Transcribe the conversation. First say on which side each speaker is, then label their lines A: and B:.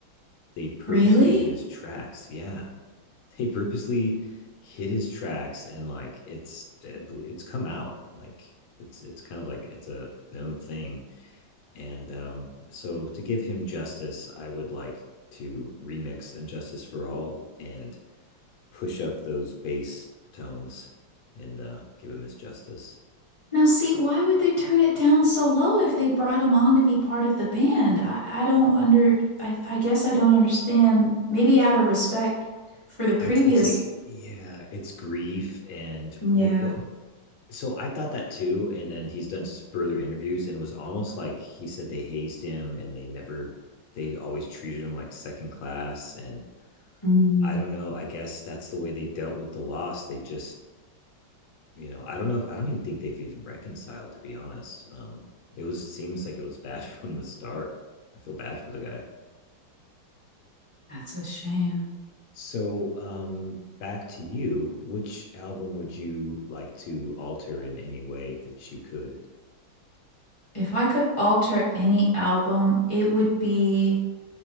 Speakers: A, on the left (about 85°); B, on the left (about 20°).
A: They purposely
B: Really?
A: hit his tracks. Yeah, <laughs> they purposely hit his tracks, and like it's it's come out like it's it's kind of like it's a known thing And um, so, to give him justice, I would like to remix "Injustice for All" and push up those bass tones and uh, give him his justice.
B: Now see, why would they turn it down so low if they brought him on to be part of the band? I, I don't under I, I guess I don't understand. Maybe out of respect for the previous.
A: I, it's like, yeah, it's grief and
B: Yeah.
A: what what. So I thought that too, and then he's done further interviews and was almost like he said they hazed him and they never, they always treated him like second class. And
B: Mm,
A: I don't know. I guess that's the way they dealt with the loss. They just you know, I don't know if I don't even think they've even reconciled. To be honest, um, it was seems like it was bad <laughs> from the start. I feel bad for the guy.
B: that's a shame.
A: So um, back to you. Which album would you like to alter in any way that you could?
B: If I could alter any album, it would be.